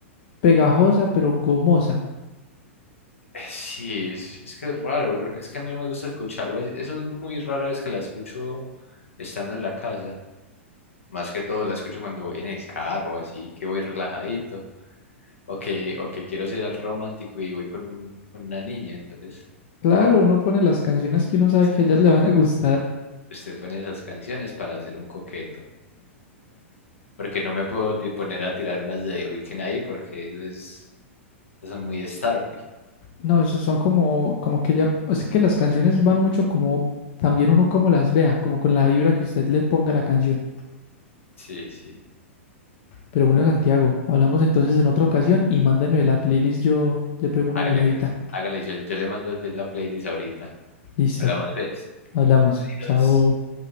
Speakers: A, on the left (about 50°); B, on the left (about 75°).
A: pegajosa, pero gomosa.
B: Eh, Sí, es, es que es raro, bro, es que a mí no me gusta escucharlo así. Eso es muy rara vez que la escucho estando en la casa. Más que todo la escucho cuando voy en el carro, así que voy relajadito. O que, o que quiero ser el romántico y voy con, con una niña, entonces
A: Claro, uno pone las canciones que uno sabe
B: se-
A: que a ellas le van a gustar.
B: usted pone esas canciones para hacer un coqueto. Porque no me puedo ti- poner a tirar unas de The Weeknd ahí porque eso es, eso son muy Starboy.
A: No, eso son como, como que ya, es que las canciones van mucho como, también uno como las vea, como con la vibra que usted le ponga a la canción.
B: Sí, sí.
A: Pero bueno, Santiago, hablamos entonces en otra ocasión y mándeme la playlist, yo le pego una
B: Hágale,
A: miradita.
B: pues. Hágale, yo, yo le mando pues, la playlist ahorita.
A: Listo,
B: Hablamos, pues.
A: hablamos, chao.
B: Adiós.